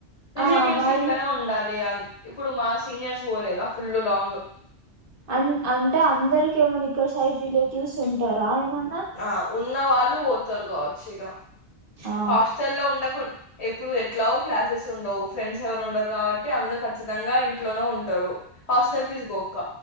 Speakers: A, on the left; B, on the right.
A: రిలేటివ్స్
B: ఆ వాళ్ళు
A: ఇంట్లోనే ఉండాలి ఆల్ ఇప్పుడు మా సీనియర్స్ పోలేదా ఫుల్లు లాంగ్
B: అన్ అంటే అందరికి ఏమన్నా ఇక్కడ సైడ్ రిలేటివ్స్ ఉంటారా ఏమన్నా.
A: ఆ ఉన్న వాళ్ళు పోతారు కావచ్చు ఇగా
B: ఆ
A: హాస్టల్ లో ఉండకు ఎప్పుడు ఎట్లాగో క్లాసెస్ ఉండవు ఫ్రెండ్స్ ఎవరు ఉండరు కాబట్టి అందరు ఖచ్చితంగా ఇంట్లోనే ఉంటారు. హాస్టల్ ఫీజ్ బొక్క